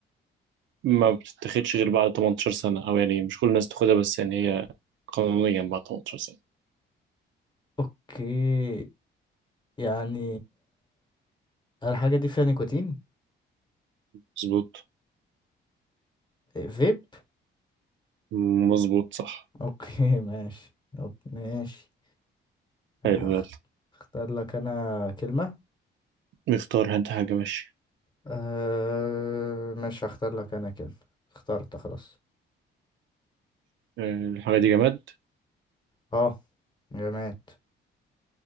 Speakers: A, on the right (about 70°); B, on the left (about 20°).
A: ما بتتاخدش غير بعد 18 سنة أو يعني مش كل الناس تاخدها بس يعني هي قانونيا بعد 18 سنة
B: اوكي يعني الحاجة دي فيها نيكوتين
A: مظبوط
B: فيب
A: مظبوط صح
B: اوكي ماشي أوكي ماشي هخ-
A: حلو يلا
B: اختار لك انا كلمة
A: نختار انت حاجة ماشي
B: أه... ماشي هختار لك انا كلمة اخترت خلاص
A: آه، الحاجة دي جماد
B: اه جماد